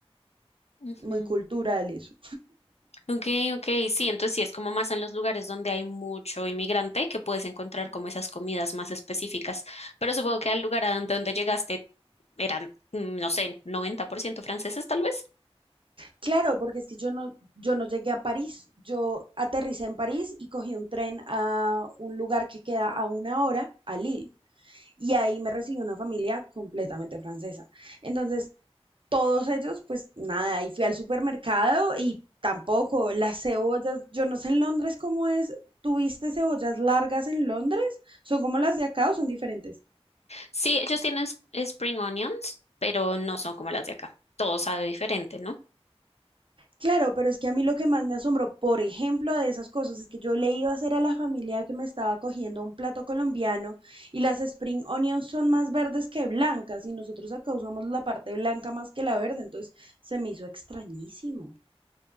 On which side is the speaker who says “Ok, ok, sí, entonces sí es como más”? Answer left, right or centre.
Left